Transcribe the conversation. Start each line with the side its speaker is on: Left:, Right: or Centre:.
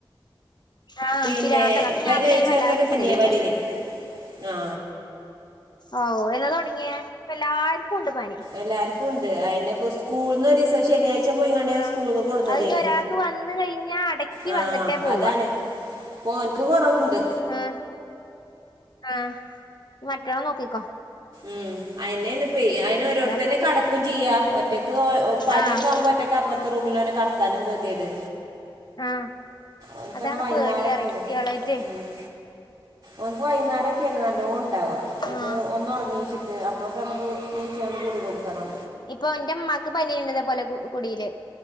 Left: ആഹ്
Right: പിന്നെ
Left: പിരാന്താണ് അപ്പൊ
Right: <unintelligible>
Left: ഞാൻ പിന്നെ അയിന് വല്ലാതെ നിക്കലില്ല
Right: ആ
Left: ഓ എന്നാ തുടങ്ങിയ ഇപ്പ എല്ലാർക്കും ഉണ്ട് പനി.
Right: എല്ലാർക്കും ഉണ്ട് അയിന് ഇപ്പോ സ്കൂളന്ന് ഒരു ദിവസം ശനി ഇപ്പ പോയിങ്ങാണ്ട് ഞാൻ
Left: ആഹ്
Right: സ്കൂളിന്ന് കൊടുന്നതേനു
Left: അത് ഇനി ഒരാൾക്ക് വന്ന് കഴിഞ്ഞാ അടക്കി
Right: ആ
Left: വന്നിട്ടേ പോവാ
Right: അതാണ്. ഓർക്ക് കുറവുണ്ട്
Left: ആ ആ മറ്റണം നോക്കിക്കോ?
Right: ഉം അതിന് അതിനന് ഒരോടുത്ത
Left: അതാ
Right: തന്നെ
Left: പണി
Right: കടക്കും ചെയ്യാ ഒറ്റയ്ക്ക് പനിയൊക്കെ
Left: ആഹ്
Right: ആകുമ്പോ ഒറ്റക്ക് പ്പറത്തെ റൂമിൽ ഓനെ കടത്താനും കെതെയേട്
Left: ആഹ്
Right: ഓന്ക്ക്
Left: അതാണ്
Right: വൈന്നേരക്കെയാണ്,
Left: പേടിയറി കുട്ടികളായിട്ടേ
Right: ഉം ഓന്ക്ക്‌ വൈന്നേരക്കാണ് നല്ലോണം ഇണ്ടാവ ഒരു
Left: ആഹ്
Right: ഒന്ന്റങ്ങി ച്ച്ട്ട്. ഇപ്പോക്കെ നമുക്ക് <unintelligible> കൂടി കൊടുക്കണം.
Left: ഇപ്പൊ എന്റെ ഇമ്മാക്ക് പനിയുണ്ട്. ഇതേ പോലെ കുടിയില്